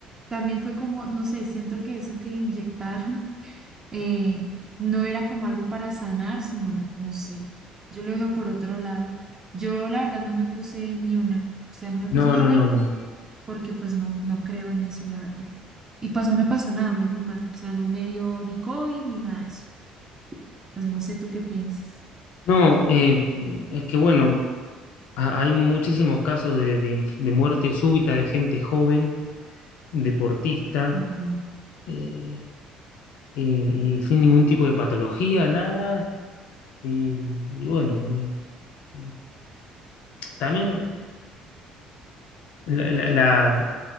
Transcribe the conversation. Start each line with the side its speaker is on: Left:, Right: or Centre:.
Right: también fue como, no sé, siento que eso que inyectaron <laughs> eh, no era como algo para sanar, sino, no sé, yo lo dejo por otro lado. Yo la verdad no me puse ni una, o sea, no me
Left: No,
Right: puse ni
Left: no,
Right: una
Left: no, no.
Right: porque pues no, no creo en eso, la verdad. Y pues no me pasó nada, menos mal, o sea, no me dio ni COVID ni nada de eso. Pues no sé tú qué pienses.
Left: No, eh, es que bueno, ha- hay muchísimos casos de, de inf- de muerte súbita de gente joven, deportista,
Right: Total.
Left: eh, y, y sin ningún tipo de patología, nada. Y, y bueno, y- y también la- la- la-